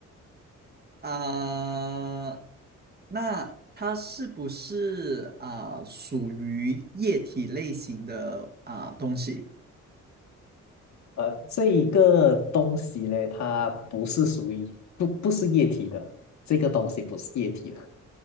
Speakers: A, on the right; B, on the left.
A: 啊、那它是不是啊、属于液体类型的啊、东西？
B: 呃，这一个东西呢，它不是属于不不是液体的，这个东西不是液体的，